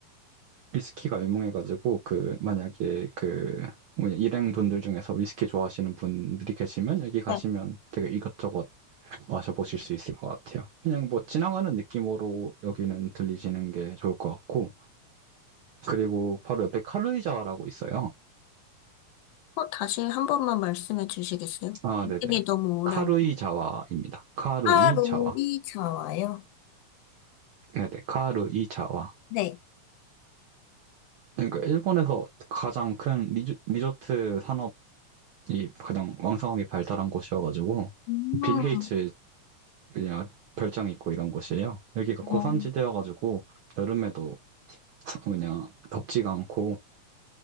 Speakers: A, on the right; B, on the left.
A: 위스키가 유명해가지고 그 만약에 그 뭐냐 일행 분들 중에서 위스키 좋아하시는 분들이 계시면 여기 가시면
B: 네.
A: 되게 이것저것 마셔보실 수 있을 것 같아요. 그냥 뭐 지나가는 느낌으로 여기는 들리시는 게 좋을 것 같고, 그리고 바로 옆에 카루이자와라고 있어요.
B: 어, 다시 한 번만 말씀해 주시겠어요?
A: 아, 네네.
B: 이름이 너무
A: 카루이자와입니다.
B: 어려워.
A: 카루이자와.
B: 하루이 자와요.
A: 네네. 카루이자와.
B: 네.
A: 그러니까 일본에서 가장 큰 리조, 리조트 산업이 가장 왕성하게 발달한 곳이어가지고,
B: 음,
A: 빌 게이츠 그냥 별장 있고 이런 곳이에요. 여기가
B: 어,
A: 고산지대여가지고 여름에도 그냥 덥지가 않고